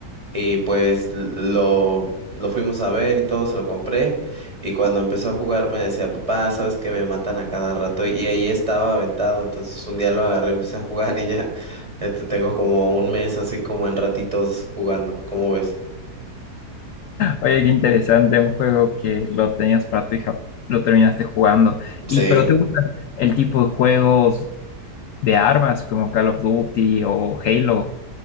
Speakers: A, on the right (about 20°); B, on the left (about 70°).
A: y pues l- lo, lo fuimos a ver y todo, se lo compré y cuando empezó a jugar me decía, papá, sabes que me matan a cada rato y ahí estaba aventado, entonces un día lo agarré, empecé a jugar y ya, este tengo como un mes así como en ratitos jugando, ¿cómo ves?
B: Oye, qué interesante, un juego que lo tenías para tu hija, lo terminaste jugando.
A: Sí.
B: Y, pero ¿te gusta el tipo de juegos de armas como Call of Duty o Halo?